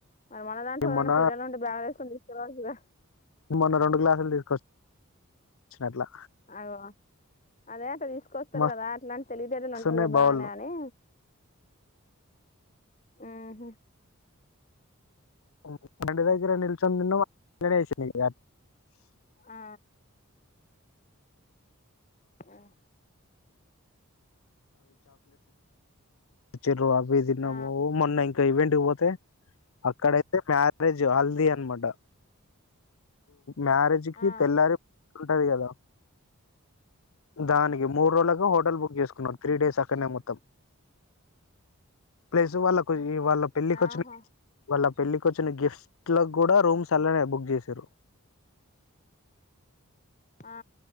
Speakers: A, on the left (about 35°); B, on the left (about 70°).
A: మరి మనదా అంటే ఎవరయినా
B: మొన్న
A: పిల్లనుండి బాగ్ వేసుకొని తీస్ <unintelligible>
B: మొన్న రెండు గ్లాసులు తీసుకొచ్చినట్లు
A: కాదా అదే అట్లా తి తీసుకొస్తారు
B: మస్తు
A: కదా అట్లాంటి తెలివితేటలు
B: వస్తున్నాయి
A: ఉంటాయి బానే
B: బావులు
A: అని ఆహా
B: <inaudible>
A: ఆ ఆ
B: చ్చ వగు దిినము
A: ఆ
B: మొన్న ఇం ఇగ ఈవెంట్ పోతే అక్కడైతే మ్యారేజ్ హల్దీ అన్నమాట మ్యారేజ్కి
A: ఆ
B: తెల్లారి ఉంటది కదా దానికి మూడు రోజులలకు హోటల్ బుక్ చేసుకున్నాడు త్రీ డేస్ అక్కనే మొత్తం ప్లేస్ వాళ్ళకు ఈ వాళ్ళ పెళ్ళికి
A: ఆహా
B: వచ్చిన వాళ్ళ పెళ్ళకి వచ్చిన గెస్ట్ల కూడా రూమ్స్ అలానే బుక్ చేసారు
A: ఆ